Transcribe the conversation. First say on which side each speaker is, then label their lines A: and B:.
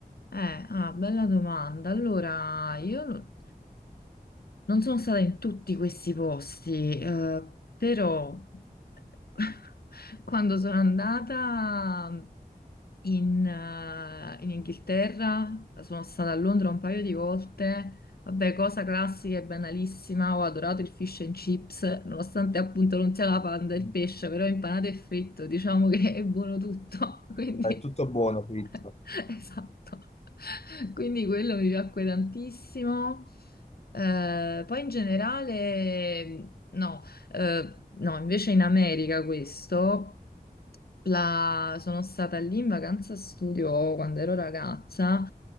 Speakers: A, on the left (about 70°); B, on the left (about 40°).
A: Eh, ah, bella domanda. Allora, io no- non sono stata in tutti questi posti, eh, però <laughs> quando sono andata... in, eh, in Inghilterra, sono stata a Londra un paio di volte. Vabbè, cosa classica e banalissima, ho adorato il fish and chips, nonostante appunto non sia la panda
B: Mm.
A: il pesce, però impanato e fritto, diciamo che è buono tutto, <laughs> quindi
B: È tutto buono, fritto.
A: <laughs> esatto. Quindi quello mi piacque tantissimo. Eh, poi in generale, no, eh, no, invece in America questo. La- Sono stata lì in vacanza studio quando ero ragazza,